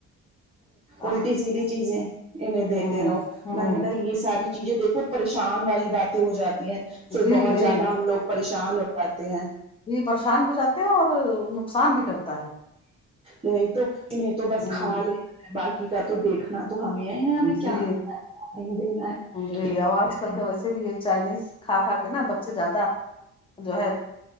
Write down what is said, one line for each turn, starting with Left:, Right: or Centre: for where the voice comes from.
Right: الٹی
Left: آپ کا
Right: سیدھی چیزیں انہیں دیتے
Left: ہوں
Right: رہو
Left: ہوں
Right: میں نے کہا یہ ساری چیزیں دیکھو پریشان والی باتیں ہو جاتی ہیں پھر
Left: جی
Right: بہت
Left: جی
Right: زیادہ ہم لوگ پریشان ہو جاتے ہیں
Left: یہ پریشان بھی جاتے ہیں اور نقصان بھی کرتا ہے
Right: یہی تو انہیں تو بس
Left: ہ
Right: کھالے باقی کا تو دیکھنا تو ہمیں انہیں ہمیں
Left: جی
Right: کیا دینا ہے کیا نہیں دینا ہیں
Left: جی اور آج کل کا ویسے بھی یہ چائنیز کھا کھا کے نا بچے زیادہ جو ہے